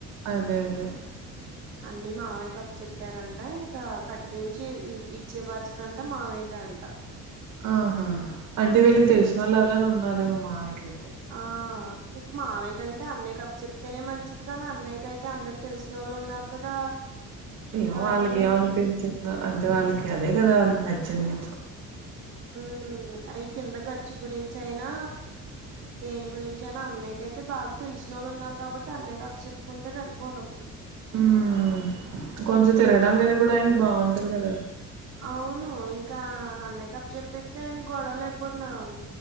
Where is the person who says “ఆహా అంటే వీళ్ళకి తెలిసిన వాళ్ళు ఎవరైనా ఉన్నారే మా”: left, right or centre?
Right